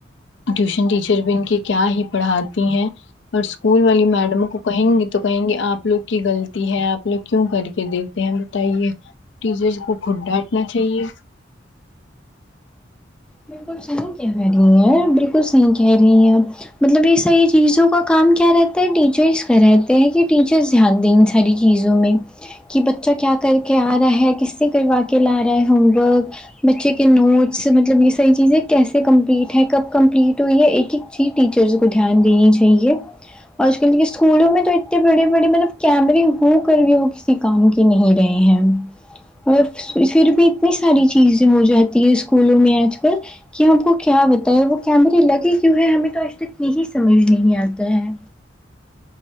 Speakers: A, on the left (about 75°); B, in the centre.
A: ٹیوشن ٹیچر بھی ان کی کیا ہی پڑھاتی ہیں اور اسکول والی میڈموں کو کہیں گے تو کہیں گے آپ لوگ کی غلطی ہے آپ لوگ کیوں کر کے دیکتے ہیں بتائیے ٹیچرس کو خود ڈانٹنا چاہیے
B: بالکل صحیح کہہ رہی ہیں بالکل صحیح کہہ رہی ہیں مطلب یہ ساری چیزوں کا کام کیا رہتا ہے ٹیچرس کر رہتے ہیں کہ ٹیچرس دھیان دیں ان ساری چیزوں میں کہ بچہ کیا کر کے آ رہا ہے کس سے کروا کے لا رہا ہے ہوم ورک بچے کے نوٹس مطلب یہ صحی چیزیں کیسے کمپلیٹ ہے کب کمپلیٹ ہوئی ہے ایک ایک چیز ٹیچرس کو دھیان دینی چاہیے اور آج کل کے اسکولوں میں تو اتنے بڑے بڑے مطلب کیمرے ہو کر بھی ہو کسی کام کی نہیں رہے ہیں اور پھر بھی اتنی ساری چیزیں ہو جاتی ہے اسکولوں میں آج کل کہ ہم کو کیا بتاائے وہ کیمرے لگے کیوں ہے ہمیں تو آج تک یہی سمجھ نہیں آتا ہے